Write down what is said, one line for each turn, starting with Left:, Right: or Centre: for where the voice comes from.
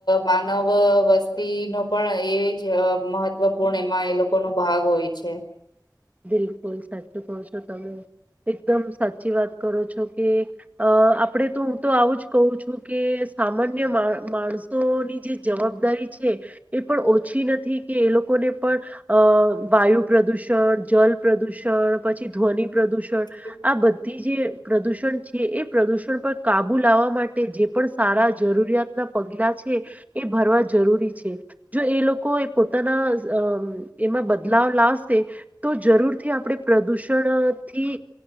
Left: માનવ વસ્તીનો પણ એ જ અ મહત્વ ત્વપૂર્ણ એમાં એ લોકોનો ભાગ હોય છે.
Right: બિલકુલ સાચું કહો છો તમે. એકદમ સાચી વાત કરો છો. કે અ આપડે તો હું તો આવું જ કહ છું કે સામાન્ય મા માણસોની જે જવાબદારી છે એ પણ ઓછી નથી કે એ લોકોને પણ અ વાયુ પ્રદુષણ જલ પ્રદૂષણ પછી ધ્વનિ પ્રદૂષણ
Left: હમ
Right: આ બધી જે પ્રદુષણ છે એ પ્રદુષણ પર કાબુ લાવવા માટે જે પણ સારા જરૂરિયાતના પગલા છે એ ભર જરૂરી છે જો એ લોકો એ પોતાના એમાં બદલાવ પણ લાવશે તો જરૂરથી આપણે પ્રદુષણથી